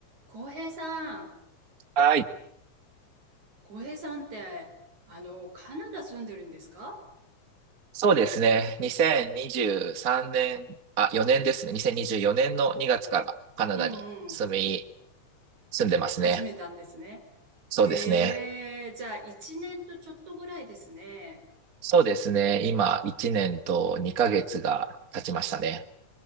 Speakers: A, on the right; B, on the right.
A: 浩平さん、
B: はい。
A: 浩平さんって、あの、カナダ住んでるんですか
B: そうですね。2023年、あ、4年ですね。2024年の2月からカナダに住み、
A: うんうん。
B: 住んでますね。
A: 始めたんですね。
B: そうですね。
A: ええじゃあ、一年とちょっとぐらいですね。
B: そうですね。今、1年と2ヶ月が経ちましたね。